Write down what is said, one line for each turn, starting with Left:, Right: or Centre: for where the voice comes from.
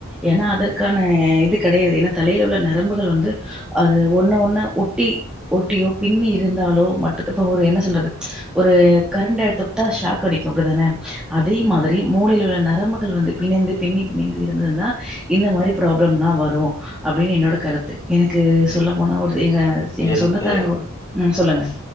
Centre: ஏனா
Left: ம்,
Centre: அதற்கான இது கெடையாது ஏனா தலையில உள்ள நரம்புகள் வந்து அது ஒன்ன
Left: ம்,
Centre: ஒன்னு ஒட்டி ஒட்டியோ பின்னி இருந்தாலோ மட் டு இப்ப ஒரு என்ன சொல்றது
Left: ம்,
Centre: ஒரு கரண்ட்ட தொட்டா ஷாக் அடிக்கு அப்டிதான அதே
Left: ம்,
Centre: மாதிரி மூலையில உள்ள நரம்புகள் வந்து பிணைந்து பிண்ணி பிணைந்து இருந்தது தான் இந்த மாதிரி
Left: ம்.
Centre: ப்ராப்ளம்லாம் வ ஒய் அப்படின்னு என்னோட கருத்து எனக்கு சொல்ல
Left: இல்ல.
Centre: போனால் ஒரு எங்க எங்க
Left: எனக்கு
Centre: சொந்தக்காரங்க ஒரு ம் சொல்லுங்க